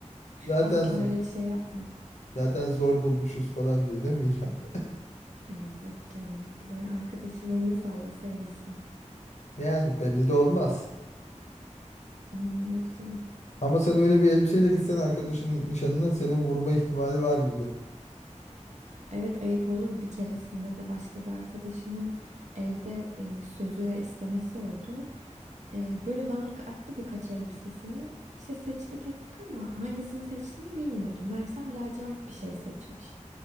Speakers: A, on the left; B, on the right.
A: Zaten
B: Asla
A: z-
B: öyle bir şey yapmam.
A: zaten zor bulmuşuz falan diyor değil mi İrem? <laughs>
B: Ay yok canım. Benim arkadaşım elini sallasa ellisi.
A: Yani belli de olmaz.
B: Hmm, yok canım.
A: Ama sen öyle bir elbiseyle gitsen arkadaşının nişanına seni vurma ihtimali var gibi.
B: Evet ayıp olur. Bir keresinde de başka bir arkadaşımın evde e, sözü ve istemesi oldu. E, böyle bana attı birkaç elbisesini. İşte seçtik ettik ama hangisini seçtiğini bilmiyordum. Meğersem lacivert bir şey seçmiş.